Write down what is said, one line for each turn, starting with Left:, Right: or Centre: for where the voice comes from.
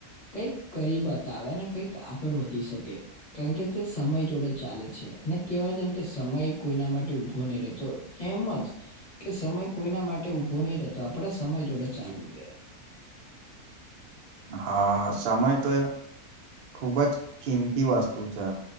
Left: કંઈક કરી બતાવે ને કઈક આગળ વધી શકે કારણ કે તે સમય જોડે ચાલે છે અને કેવાય છેન કે સમય કોઈના માટે ઉભો નઈ રેતો એમજ કે સમય કોઈના માટે ઊભો નઈ રેતો આપડે સમય જોડે ચાલવું જોઈએ.
Right: હા સમય તો એ ખુબ જ કિંમતી વસ્તુ છે.